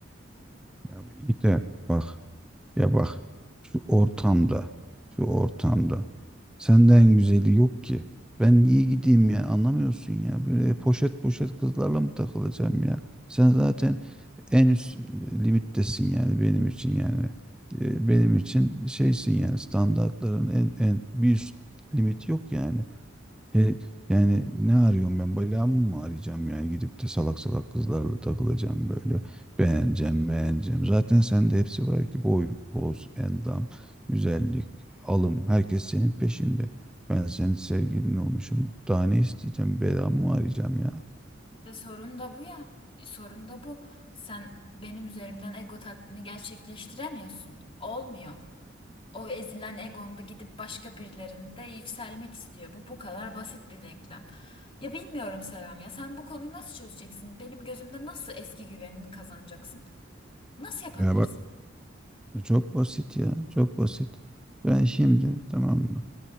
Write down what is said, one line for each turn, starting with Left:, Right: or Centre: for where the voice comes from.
Centre: Ya iyi de bak. Ya bak şu ortamda, şu ortamda senden güzeli yok ki. Ben niye gideyim ya anlamıyorsun ya. Böyle poşet poşet kızlarla mı takılacağım ya? Sen zaten en üst e, limittesin yani benim için yani. E, Benim için şeysin yani standartların en, en bir üst limit yok yani. He, yani ne arıyorum ben? Belamı mı arayacağım yani? Gidip de salak salak kızlarla takılacağım böyle. Beğeneceğim, beğeneceğim. Zaten sende hepsi var ki boy, boz, endam, güzellik, alım. Herkes senin peşinde. Ben senin sevgilin olmuşum. Daha ne isteyeceğim? Belamı mı arayacağım ya?
Left: Ve sorun da bu ya. E, sorun da bu. Sen benim üzerimden ego tatmini gerçekleştiremiyorsun. Olmuyor. O ezilen egonda gidip başka birilerinde yükselmek istiyor. Bu bu kadar basit bir denklem. Ya bilmiyorum Selam ya sen bu konuyu nasıl çözeceksin? Benim gözümde nasıl eski güvenini kazanacaksın? Nasıl yapabilirsin?
Centre: Ya bak Çok basit ya, çok basit. Ben şimdi tamam mı?